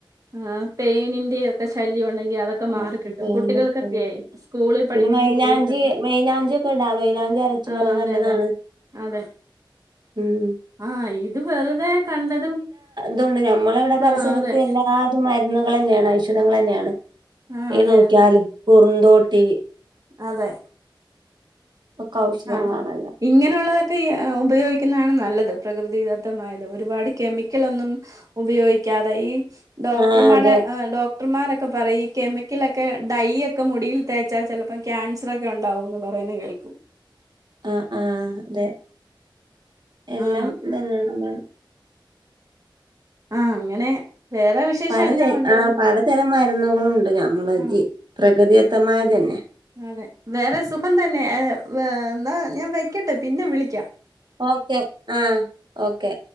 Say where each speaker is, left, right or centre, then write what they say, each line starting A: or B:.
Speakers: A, on the right; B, on the right.
A: ആഹ് പേനിന്റെ ഒക്കെ ശല്യം ഒണ്ടെങ്കിൽ അതൊക്കെ- മാറിക്കിട്ടും
B: ആഹ്
A: കുട്ടികൾക്കൊക്കെയെ സ്കൂളിൽ
B: പിന്നെ
A: പഠിക്കുന്ന
B: മയിലാഞ്ചി
A: കുട്ടികൾക്കൊക്കെ
B: മയിലാഞ്ചി ഒക്കെ ഇടാ മൈയിലാഞ്ചി അര രച്ചിട
A: ആ
B: അത്
A: അതെ
B: നല്ലതാണ്.
A: അതെ അതെ
B: ഉം
A: ആഹ് ഇത് വെറുതെ കണ്ടതും.
B: തുണ്ട് നമ്മെള ഇവിടെ പരിസരത്ത്
A: ആ അതെ
B: എല്ലാതും മരുന്നുകൾ തന്നെയാണ് ഔഷധങ്ങളന്നെയാണ്.
A: ആ
B: ഏത്
A: അതെ
B: നോക്കിയാലും
A: അതെ
B: കുറുന്തോട്ടി.
A: അതെ
B: ഒക്കെ ഔഷധങ്ങളാണല്ലൊ.
A: ആ ഇങ്ങനെയുള്ളതൊക്കെ ഉപയോഗിക്കുന്നതാണ് നല്ലത് പ്രകൃതിദത്തമായത് ഒരുപാട് കെമിക്കൽ ഒന്നും ഉപയോഗിക്കാതെ ഈ ഡോക്ടർമാരെ
B: ആ അതെ.
A: ഡോക ക്ടർമാരൊക്കെ പറയും ഈ കെമിക്കലൊക്കെ ഡൈൊക്കെ മുടിയിൽ തേച്ചാൽ ചെലപ്പോ ക്യാൻസ ട്ഇത്രൊക്കെ ഉണ്ടാവുമെന്ന് പറയുന്നത് കേൾക്കും.
B: ആഹ് ആഹ് അതെ എല്ലാം
A: ആ
B: ഇതന്നെ യാണ്ലേ
A: ആഹ് അങ്ങനെ വേറെ. വിശേഷം
B: പലതര
A: എന്നാ ഉണ്ട്
B: ആഹ് പലതരം മരുന്നുകളുണ്ട് നമ്മള്
A: ആ
B: ജ പ്രകൃതിദത്തമായ തന്നെ.
A: അതെ വേറെ സുഖം തന്നെ എന്നാ ഞാൻ വെക്കട്ടെ പിന്നെ വിളിക്കാം.
B: ഓക്കെ ആഹ് ഓക്കെ.